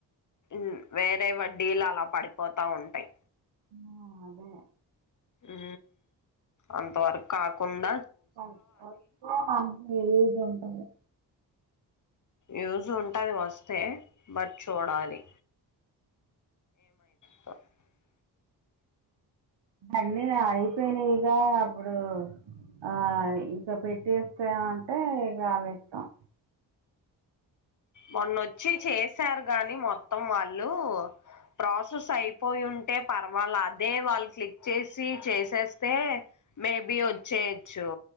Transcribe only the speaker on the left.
ము వేరె వడ్డీలాల పడిపోతవుంటాయి
ఊ అంతవరకు కాకుండ
యూజ్ ఉంటయి వస్తే బట్ చూడాలి <unintelligible>
మొన్నొచ్చి చేసారు గాని మొత్తం వాళ్ళు ప్రాసెస్ అయ్ పోయి ఉంటే పర్వాలా అదే వాళ్ళు క్లిక్ చేసి చేసేస్తే మేబి వచ్చేది జో